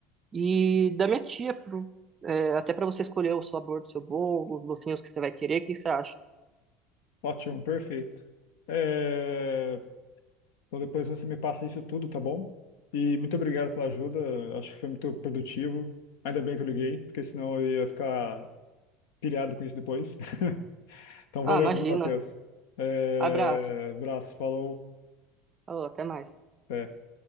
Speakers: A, on the right (about 30°); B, on the left (about 70°).
A: e da minha tia, pro, é, até para você escolher o sabor do seu bolo, os docinhos que você vai querer, o que você acha?
B: Ótimo, perfeito. Eh, Então depois você me passa isso tudo, tá bom? E muito obrigado pela ajuda, acho que foi muito produtivo. Ainda bem que eu liguei, porque senão eu ia ficar pilhado com isso depois. <laughs> Então
A: Ah,
B: valeu,
A: imagina.
B: viu, Matheus? É...
A: Abraço.
B: Abraço, falou.
A: Falou, até mais.
B: até.